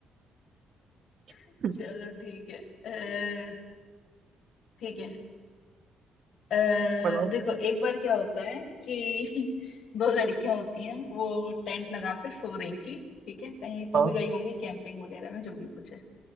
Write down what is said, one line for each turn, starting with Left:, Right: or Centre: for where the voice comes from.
Right: <laughs>
Left: <laughs> चलो ठीक है अ, ठीक है अ,
Right: बताओ
Left: देखो एक बार क्या होता है कि <laughs> दो लड़कियां होती हैं वो टेंट लगाकर सो रही थी ठीक है कहीं तो
Right: हाँ
Left: भी गई होंगी कैंपिंग वगैरह में जो भी कुछ है